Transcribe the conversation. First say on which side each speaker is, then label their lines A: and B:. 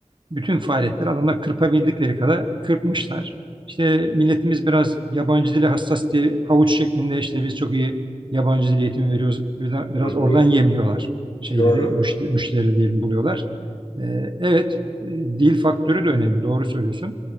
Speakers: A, on the right; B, on the left.
A: bütün faaliyetleri adamlar kırpabildikleri kadar kırpmışlar. İşte milletimiz biraz yabancı dile hassas diye havuç şeklinde işte biz çok iyi yabancı dil eğitimi veriyoruz. Biraz,
B: Hı hı.
A: oradan yemliyorlar şeyleri,
B: Doğru.
A: müşteri, müşteri diyelim buluyorlar. Ee, evet, e, dil faktörü de önemli, doğru söylüyorsun.